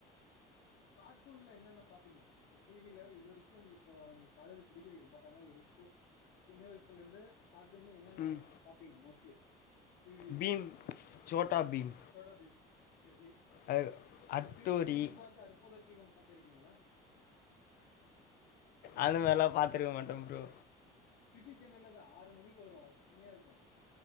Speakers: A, on the left; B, on the left.
A: ஸ்கார்ட்டூன்ல என்னென்ன பாப்பீங்க இப்ப டிவில இது வரைக்கு இப்ப நீ காலேஜ் படிக்கிறீங்க பட் ஆனா இருக்கு சின்ன வயசுல இருந்து கார்ட்டூன்னா என்னன்ன
B: ம்
A: பாப்பீங்க மோஸ்ட்லி டிவில
B: பீம் சோட்டா பீம்
A: சோட்டாபீம் இந்த
B: அது அட்டூரி
A: சிந் சிந்து பாத் அற்புத தீபம் பாத்திருக்கீங்களா
B: அதுமாரில்லா பாத்துருக்க மாட்ட ப்ரோ
A: சிட்டி சென்னைல இது ஆறு மணிக்கு வரு செம்மையா இருக்கு